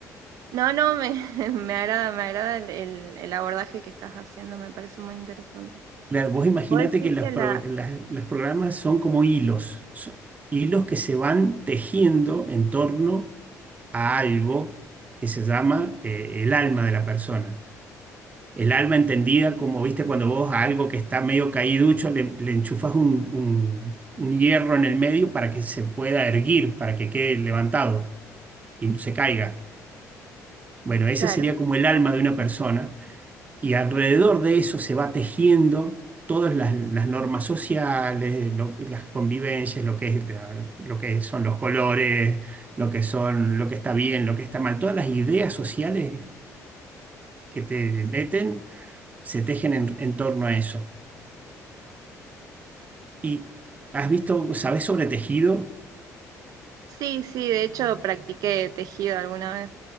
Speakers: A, on the right; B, on the right.
A: No, no, me, <laughs> me agrada, me agrada el, el- el abordaje que estás haciendo, me parece muy interesante.
B: Claro, vos imaginate
A: Vos decís
B: que los,
A: que la...
B: pro- las- los programas son como hilos, son hilos que se van tejiendo en torno a algo que se llama eh, el alma de la persona. El alma entendida como, viste, cuando vos a algo que está medio caíducho le, le enchufas un, un- un hierro en el medio para que se pueda erguir, para que quede levantado y no se caiga. Bueno, esa
A: Claro,
B: sería como el alma de una persona y alrededor de eso se va tejiendo todas las, las normas sociales, lo- las convivencias, lo que es la- lo que son los colores, lo que son, lo que está bien, lo que está mal, todas las ideas sociales que te meten se tejen en en torno a eso. ¿Y has visto, sabes sobre tejido?
A: sí, sí, de hecho practiqué tejido alguna vez.